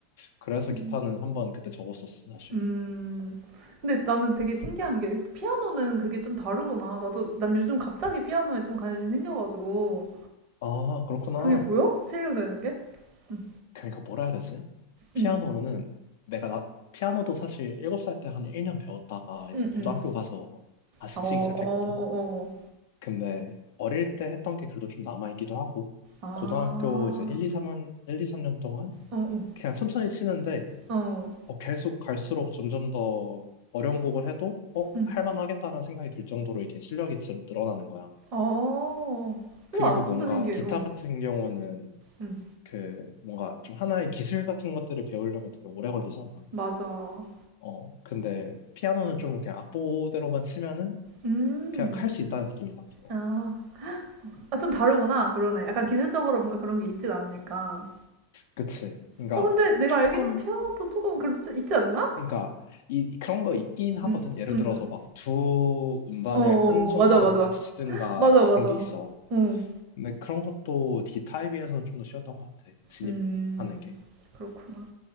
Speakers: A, on the left; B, on the right.
A: 그래서
B: 음.
A: 기타는 한 번 그때 접었었어, 사실.
B: 음. 근데 나는 되게 신기한 게 피아노는 그게 좀 다르구나. 나도 난 요즘 갑자기 피아노에 좀 관심이 생겨가지고
A: 아, 그렇구나.
B: 그게 보여? 실력 느는 게? 응,
A: 그러니까 뭐라 해야 되지? 피아노는
B: 응,
A: 내가 나, 피아노도 사실 7살 때 한 1년 배웠다가 이제
B: 응.
A: 고등학교
B: 응.
A: 가서 다시
B: 어,
A: 치기
B: 어,
A: 시작했거든. 근데 어릴 때 했던 게 그래도 좀 남아있기도 하고,
B: 아,
A: 고등학교 이제 1, 2, 3년, 일 이 삼 년 동안
B: 어,
A: 그냥 천천히 치는데,
B: 어, 어,
A: 어, 계속 갈수록 점점 더 어려운 곡을 해도, 어,
B: 응,
A: 할만하겠다는 생각이 들 정도로 이게 실력이 질- 늘어나는 거야.
B: 어. 우와,
A: 그리고
B: 진짜
A: 뭔가
B: 신기해.
A: 기타
B: 어,
A: 같은 경우는
B: 응,
A: 그 뭔가 좀 하나의 기술 같은 것들을 배우려면 되게 오래 걸리잖아.
B: 맞아.
A: 어, 근데 피아노는 좀 그냥 악보대로만 치면은
B: 음,
A: 그냥 할 수 있다는 느낌이 딱 들어.
B: 아, 아, 좀 다르구나. 그러네. 약간 기술적으로 뭔가 그런 게 있진 않으니까.
A: 그치? 그러니까
B: 어, 근데 내가
A: 조금
B: 알기로는 피아노도 조금 그렇지, 있지 않나?
A: 그러니까 이 그런 거 있긴 하거든.
B: 응,
A: 예를
B: 응,
A: 들어서
B: 응.
A: 막 두 음반을
B: 어, 어,
A: 한 손가락으로
B: 맞아, 맞아.
A: 같이 치든가
B: 맞아,
A: 막
B: 맞아.
A: 그런 게 있어.
B: 응,
A: 근데 그런 것도 기타에 비해서는 좀 더 쉬웠던 것 같아. 진입하는
B: 음,
A: 게.
B: 그렇구나.